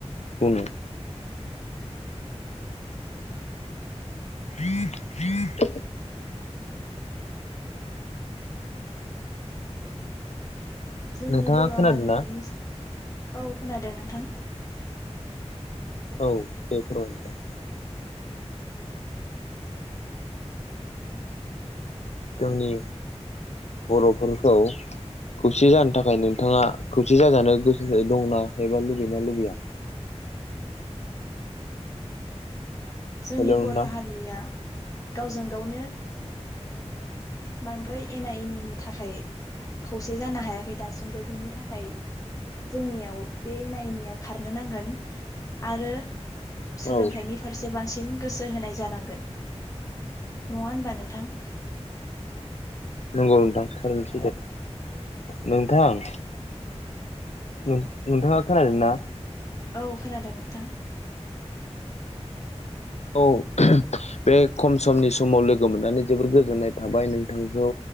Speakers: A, on the left (about 75°); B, on the left (about 30°).
A: बुङो।
B: औ
A: न न <unintelligible>
B: जोंनि
A: नोंथाङा
B: बर'
A: खोनादोंना
B: हारिमुनि औ खोनादों नोंथां।
A: औ बेफोर <unintelligible> जोंनि बर'फोरखौ खौसे जानो थाखाय नोंथाङा खौसे जाजानो गोसो दंना एबा लुगैनाा लुगैया।
B: जोंनि
A: हेल' नोंथां
B: बर' हारिया गावजों गावनो बांद्राय एना एनि बिनि थाखाय खौसे जानो हायाखै दासिमबो बिनि थाखाय जोंनियाव बे एना एनिया खारनो नांगोन आरो
A: औ
B: सोलोंथाइनि
A: औ
B: फारसे बांसिन गोसो होनाय जानांगोन नङा होनबा नोंथां।
A: नंगौ नोंथां हरनोसै दे नोंथां। <unintelligible> नोंथाङा खोनादों ना
B: औ खोनादों नोंथां।
A: औ बे खम समनि समाव लोगो मोननानै जोबोर गोजोननाय थाबाय नोंथांखौ।